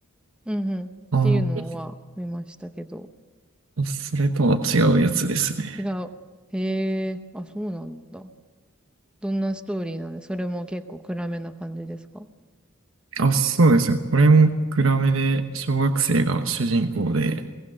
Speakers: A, in the centre; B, on the right (about 85°).
A: うんうん。っていうのは見ましたけど。
B: ああ、それとは違うやつですね。
A: 違う。へえ、あ、そうなんだ。どんなストーリーなんで、それも結構暗めな感じですか
B: あ、そうですね。これも暗めで、小学生が主人公で、